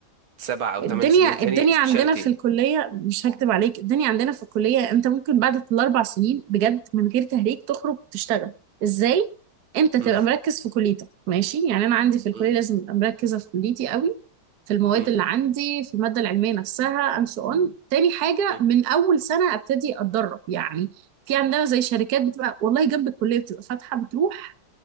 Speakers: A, on the right (about 80°); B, on the right (about 60°).
A: سبع او
B: الدنيا
A: ثمان سنين تاني
B: الدنيا
A: سبيشاليتي
B: عندنا في الكلية مش هكتب عليك الدنيا عندنا في الكلية انت ممكن بعد الاربع سنين بجد من غير تهريج تخرج تشتغل ازاي انت تبقى
A: <laughs> مم،
B: مركز في كليتك ماشي يعني انا عندي في الكلية
A: مم،
B: لازم ابقى مركزة في كليتي قوي في المواد
A: مم،
B: اللي عندي في المادة العلمية نفسها and so on تاني حاجة
A: مم،
B: من اول سنة ابتدي اتدرب يعني في عندنا زي شركات بتبقى والله جنب الكلية بتبقى فاتحة بتروح